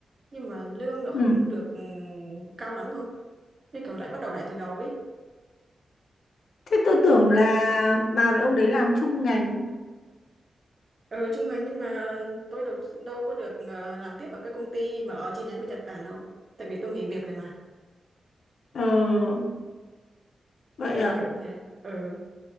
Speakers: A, on the right; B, on the left.
A: Nhưng mà lương nó không
B: Ừ.
A: được ừ, cao lắm thôi. Nên kiểu lại bắt đầu lại từ đầu ấy.
B: Thế tôi tưởng là bà với ông đấy làm chung ngành.
A: Ừ, trung ngành nhưng mà tôi đâu, có- đâu có được ờ, làm tiếp ở cái công ty mà ở chi nhánh bên Nhật Bản đâu. Tại vì tôi nghỉ việc rồi mà,
B: Ờ, vậy
A: kiểu
B: à?
A: kiểu thế. Ừ,